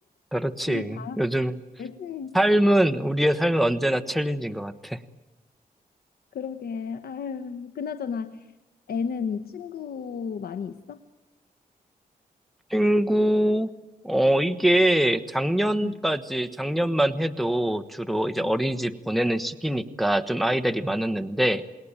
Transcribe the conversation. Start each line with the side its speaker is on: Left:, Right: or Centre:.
Centre: 그렇지.
Left: 우리 다
Centre: 요즘,
Left: 열심히,
Centre: 삶은, 우리의 삶은 언제나 챌린지인 것 같아.
Left: 그러게. 아유, 그나저나, 애는 친구 많이 있어?
Centre: 친구, 어, 이게 작년까지,
Left: 응,
Centre: 작년만 해도 주로 이제
Left: 응,
Centre: 어린이집 보내는 시기니까 좀 아이들이 많았는데,
Left: 응.